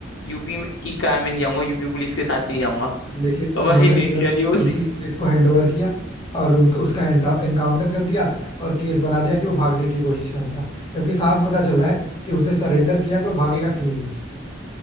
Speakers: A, on the left; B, on the left.
A: यूपी की कार में नहीं जाऊंगा यूपी पुलिस के साथ नहीं जाऊंगा
B: लेकिन उन्होंने
A: भाई लिटरली
B: तुरंत
A: उसी
B: यूपी पुलिस को हैंडओवर किया और उनको उसका एनकाउंटर कर दिया और केस बना दिया कि वो भागने की कोशिश कर रहा था जबकि साफ पता चल रहा है कि उसने सरेंडर किया तो वो भागेगा क्यों ही